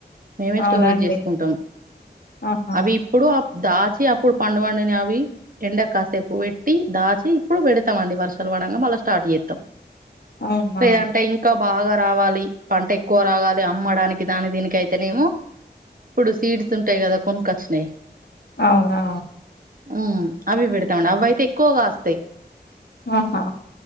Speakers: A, on the right (about 55°); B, on the left (about 70°).
A: మేమే
B: అవునా
A: స్టోరేజ్
B: అండి?
A: చేసుకుంటం.
B: ఆహా!
A: అవి ఇప్పుడు ఆ దా చి అప్పుడు పండు వండినయి అవి ఎండకు కాసేపు పెట్టి దాచి ఇప్పుడు పెడతమండి. వర్షాలు పడంగా మళ్ళా స్టార్ట్ చేస్తం,
B: అవునా!
A: లేదంటే ఇంకా బాగా రావాలి. పంట ఎక్కువ రాగాలి అమ్మడానికి దాని దీనికి అయితేనేమో ఇప్పుడు సీడ్స్ ఉంటయి కదా కొనుకచ్చినయి
B: అవునా
A: ఉ అవి పెడతామండి. అవి అయితే ఎక్కువ కాస్తయి.
B: ఆహా